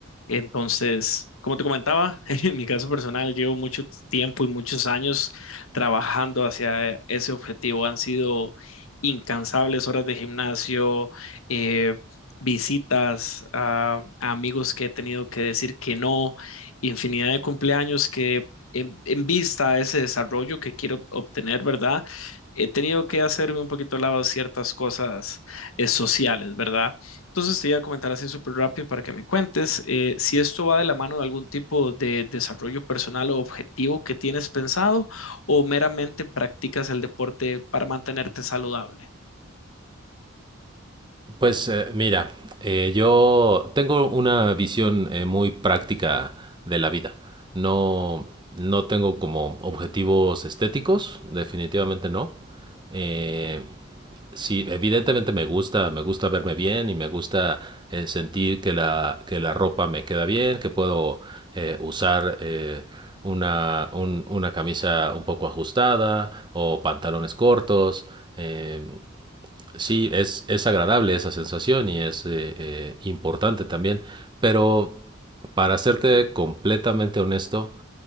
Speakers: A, on the left (about 75°); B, on the right (about 20°).
A: Entonces, como te comentaba, <laughs> en mi caso personal, llevo mucho tiempo y muchos años trabajando hacia ese objetivo. Han sido incansables horas de gimnasio, eh, visitas a, a amigos que he tenido que decir que no, infinidad de cumpleaños que en, en vista a ese desarrollo que quiero obtener, ¿verdad? He tenido que hacerme un poquito al lado de ciertas cosas eh, sociales, ¿verdad? Entonces te iba a comentar así súper rápido para que me cuentes eh, si esto va de la mano de algún tipo de desarrollo personal o objetivo que tienes pensado o meramente practicas el deporte para mantenerte saludable.
B: Pues eh, mira, eh, yo tengo una visión eh, muy práctica de la vida. No, no tengo como objetivos estéticos, definitivamente no. Eh, sí, evidentemente me gusta, me gusta verme bien y me gusta eh, sentir que la, que la ropa me queda bien, que puedo eh, usar eh, una, un- una camisa un poco ajustada o pantalones cortos. eh, Sí, es, es agradable esa sensación y es eh, eh, importante también, pero para serte completamente honesto,